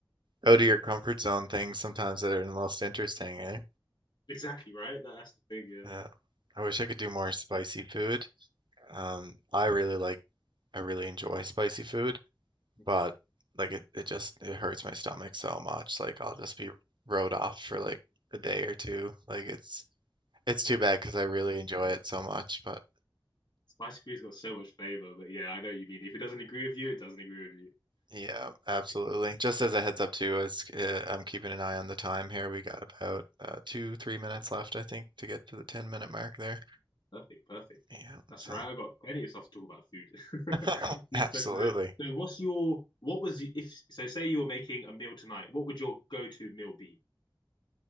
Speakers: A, on the right (about 65°); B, on the left (about 60°).
A: out of your comfort zone things sometimes that are the most interesting, eh?
B: Exactly right. That, that's the thing. Yeah.
A: Yeah. I wish I could do more spicy food. Um, I really like I really enjoy spicy food,
B: hmm
A: but like it, it just it hurts my stomach so much. Like I'll just be rode off for like a day or two. Like it's it's too bad because I really enjoy it so much, but
B: Spicy food's got so much flavor, but yeah, I know what you mean. If it doesn't agree with you, it doesn't agree with you.
A: Yeah, absolutely. Just as a heads up too, as uh, I'm keeping an eye on the time here, we got about uh, two, three minutes left, I think, to get to the 10 minute mark there.
B: Perfect, perfect.
A: Yeah,
B: That's
A: so
B: right. I got plenty of stuff to talk about food. <laughs>
A: <laughs>
B: Food
A: absolutely.
B: question there. So, what's your what was the- if so? Say you were making a meal tonight. What would your go-to meal be?